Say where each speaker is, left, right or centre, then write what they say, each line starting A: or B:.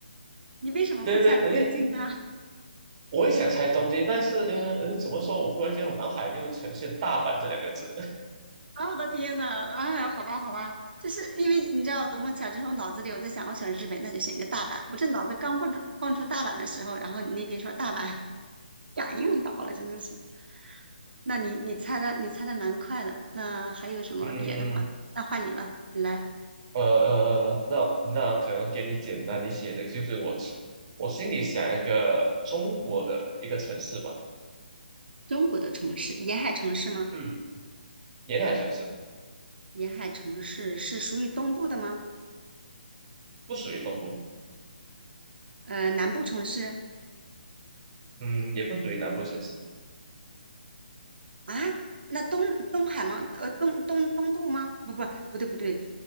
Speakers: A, on the right; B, on the right.
A: <laughs> 你为什么不猜东京啊？
B: 对对，因为我也想猜东京，但是嗯嗯，呃怎么说？我忽然间我脑海就呈现大阪这两个字，
A: 啊，我的天呐，哎呀，好吧，好吧，就是因为你知道，多么巧，就是我脑子里我在想，我选日本，那就选一个大阪。我这脑子刚蹦出蹦出大阪的时候，然后你那边说大阪，<laughs> 感应到了，真的是。那你你猜的，你猜的蛮快的。那还有什么别的吗？
B: 嗯
A: 那换你了，你来。
B: 呃呃，呃，那那可能给你简单一些的，就是我心我心里想一个中国的一个城市吧，
A: 中国的城市，沿海城市吗？
B: 嗯，沿海城市，
A: 沿海城市是属于东部的吗？
B: 不属于东部。
A: 呃，南部城市
B: 嗯，也不属于南部城市，
A: 啊？那东东海吗？呃，东东东部吗？不不不对不对，